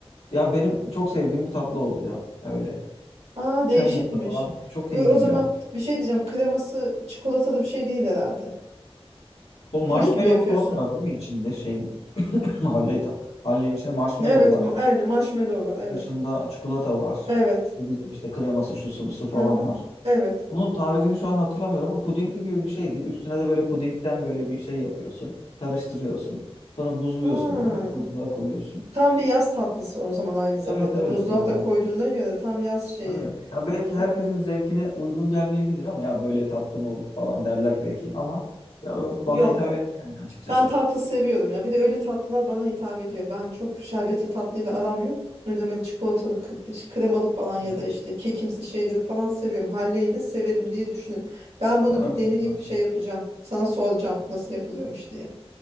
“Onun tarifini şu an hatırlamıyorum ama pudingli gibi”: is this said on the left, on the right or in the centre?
Left